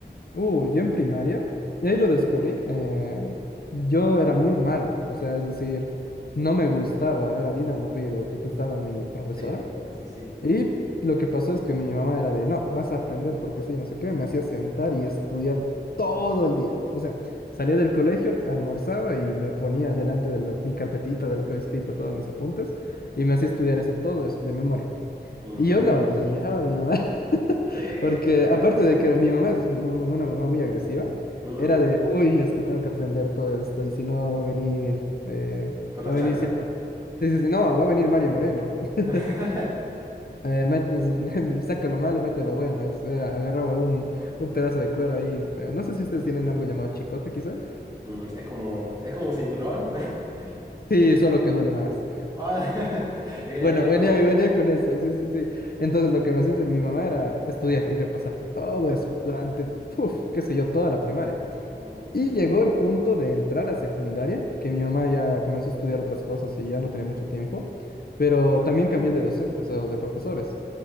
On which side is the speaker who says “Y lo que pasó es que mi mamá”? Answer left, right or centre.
Left